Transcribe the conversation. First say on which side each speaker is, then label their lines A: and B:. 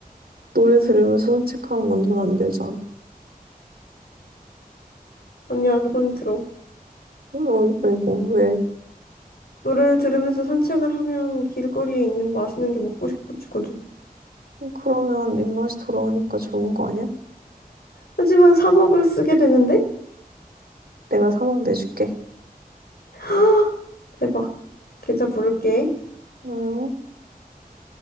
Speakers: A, on the right; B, on the left.
A: 노래 들으면서 산책하는 건 전 안 되잖아.
B: 아니야, 돈이 들어.
A: 어, 이거 왜?
B: 노래를 들으면서 산책을 하면 길거리에 있는 맛있는 게 먹고 싶어지거든.
A: 그러면 입맛이 돌아오니까 좋은 거 아니야?
B: 하지만 사 먹을 쓰게 되는데?
A: 내가 사먹 내줄게.
B: 헉, 대박. 계좌 부를게.
A: 음,